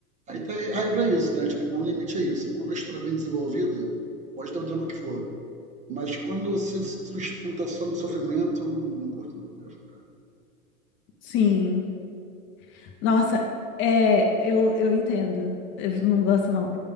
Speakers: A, on the right (about 15°); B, on the left (about 30°).
A: aí, tá, aí é pra isso, né? Tipo, o meu limite é isso. Quando a história é bem desenvolvida, pode ter o drama que for. Mas quando se sustenta só no sofrimento, eu não não curto. não. Eu, fico, cara,
B: Sim. Nossa, é, eu, eu entendo. Eu não gosto, não.